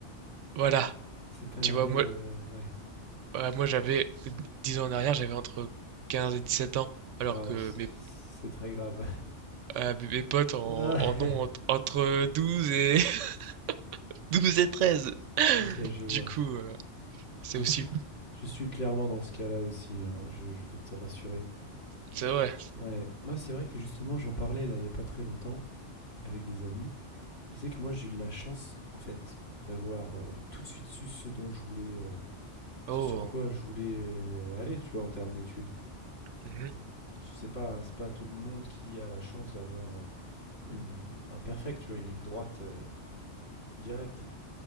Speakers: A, on the right; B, on the left.
A: Voilà,
B: C'est pas
A: tu
B: la
A: vois,
B: même...
A: moi,
B: euh, Ouais.
A: voilà, moi j'avais 10 ans en arrière, j'avais entre 15 et 17 ans, alors
B: Waouh,
A: que
B: c'est
A: mes,
B: c'est très grave.
A: ah, mes potes en,
B: <laughs>
A: en
B: Ah,
A: ont entre, entre 12 et <laughs> 12 et 13.
B: ok, je vois.
A: Du coup, euh, c'est
B: Je
A: aussi,
B: suis, je suis clairement dans ce cas-là aussi, hein, je, je vais te rassurer.
A: c'est vrai.
B: Ouais, moi c'est vrai que justement j'en parlais là il n'y a pas très longtemps avec des amis. Je sais que moi j'ai eu de la chance en fait d'avoir euh, tout de suite su ce dont je voulais, euh, ce
A: Oh,
B: sur quoi je voulais euh, aller, tu vois, en termes d'études.
A: mhm.
B: Parce que C'est pas, c'est pas tout le monde qui a la chance d'avoir euh, une, un perfect, tu vois, une ligne droite euh, directe,